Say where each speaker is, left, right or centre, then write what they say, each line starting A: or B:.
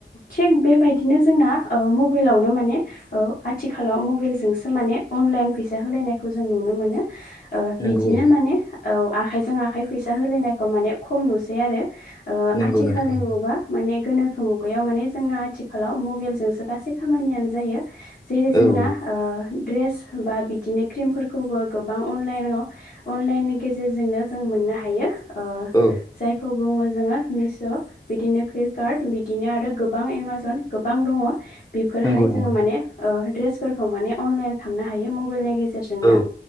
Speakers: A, on the left; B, on the left.
A: थिग बेबायदिनो जोंना ओ मबेलावनो माने ओ आथिखालाव मबेलजोंसो माने अनलाइन फैसा होलायनायखौ जों नुनो मोनो ओ
B: नंगौ
A: बिदिनो
B: औ
A: माने औ आखाइजों आखाइ फैसा होलायनायखौ माने खम नुसै आरो ओ
B: नंगौ
A: आथिखालनि
B: नोंथां औ
A: <unintelligible> माने गोनोखो मुगायाव माने जोंना आथिखालाव मबेलजोंसो गासै खामानियानो जायो। जेरै जोंना
B: औ
A: ओ ड्रेस बा बिदिनो क्रिमफोरखौबो गोबां अनलाइनाव अनलाइननि गेजेरजोंनो जों मोननो हायो ओ
B: औ
A: जायखौ। बुङो जोङो मिश' बिदिनो फ्लिपकार्ट बिदिनो आरो गोबां एमाजन गोबां दङ'। बिफोरहाय
B: नंगौ नंगौ
A: जोङो माने ओ ड्रेसफोरखौ माने अनलाइन खामनो हायो मबेलनि गेजे जेरजोंनो
B: औ